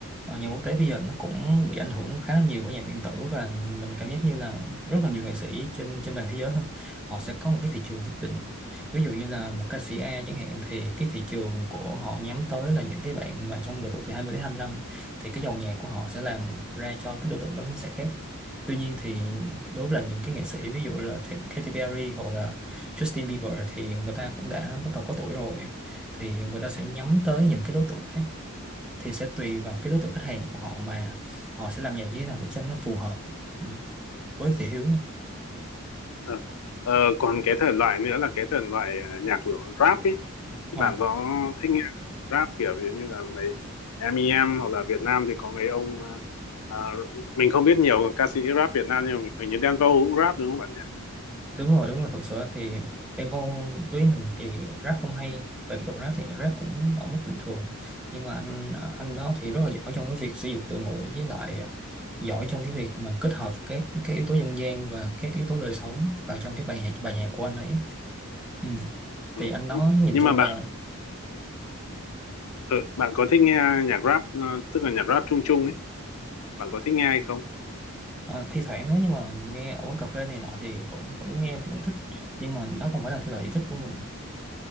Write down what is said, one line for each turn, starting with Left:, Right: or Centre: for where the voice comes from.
Centre: Ờ, nhà quốc tế bây giờ nó cũng bị ảnh hưởng khá là nhiều bởi nhạc điện tử và mình cảm giác như là rất là nhiều nghệ sĩ trên trên toàn thế giới hơn họ sẽ có một cái thị trường nhất định ví dụ như là một ca sĩ A chẳng hạn thì cái thị trường của họ nhắm tới là những cái bạn mà trong độ tuổi từ hai mươi đến hai mươi lăm thì cái dòng nhạc của họ sẽ làm ra cho cái đối tượng đó nó sẽ khác tuy nhiên thì đối với là những cái nghệ sĩ ví dụ là Th- Katy Perry hoặc là Justin Bieber thì người ta cũng đã bắt đầu có tuổi rồi thì người ta sẽ nhắm tới những cái đối tượng khác thì sẽ tùy vào cái đối tượng khách hàng của họ mà họ sẽ làm nhạc như thế nào để cho nó phù hợp ừ. với thị hiếu
Left: Ờ, Ờ, còn cái thể loại nữa là cái thể loại à, nhạc của rap ấy thì
Centre: ờ,
Left: bạn có thích nghe rap kiểu ví dụ như là mấy em i em, hoặc là Việt Nam thì có mấy ông à, à, mình không biết nhiều ca sĩ rap Việt Nam nhưng mà hình như Đen Vâu cũng rap đúng không bạn nhỉ?
Centre: đúng rồi đúng rồi thật sự thì Đen Vâu đối với mình thì rap không hay về kỹ thuật rap thì rap cũng ở mức bình thường nhưng mà anh anh đó thì rất là giỏi trong cái việc sử dụng từ ngữ với lại ờ, giỏi trong cái việc mà kết hợp các các yếu tố dân gian và các yếu tố đời sống vào trong cái bài nhạc bài nhạc của anh ấy ừ.
Left: Ừ.
Centre: thì anh đó
Left: Ừ.
Centre: nhìn
Left: Nhưng
Centre: chung
Left: mà bạn
Centre: là
Left: ờ, bạn có thích nghe nhạc rap ờ, tức là nhạc rap chung chung ấy bạn có thích nghe hay không?
Centre: Ờ, thi thoảng nếu như mà nghe ở quán cà phê này nọ thì vẫn vẫn nghe thì vẫn thích nhưng mà đó không phải là thể loại yêu thích của mình